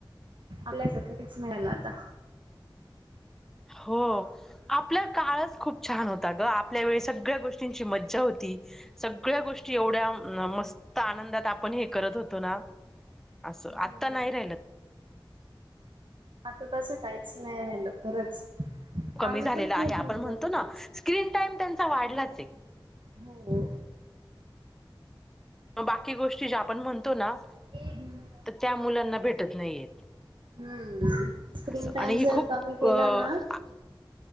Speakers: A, on the right; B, in the centre.
A: आल्याचं काहीच नाही आला आता.
B: हो आपल्या काळच खूप छान होता ग आपल्या वेळी सगळ्या गोष्टी ची मज्जा होती. सगळ्या गोष्टी एवढ्या मस्त आनंदात आपण हे करत होतो ना. असं
A: हो
B: आत्ता
A: ना.
B: नाही राहिल.
A: आता तसं काहीच नाही राहिल खरंच.
B: कमी
A: आम्ही
B: झालेला
A: पण खूप
B: आहे आपण
A: मजा
B: म्हणतो
A: करायचो.
B: ना स्क्रीन टाइम त्यांचा वाढलाचय.
A: हो.
B: मग बाकी गोष्टी ज्या आपण म्हणतो ना.
A: हम्म.
B: तर त्या मुलांना भेटत नाहीयेत.
A: हम्म स्क्रीन
B: अस
A: टाइम
B: आणि हि
A: जर
B: खूप
A: कमी केला
B: अ
A: ना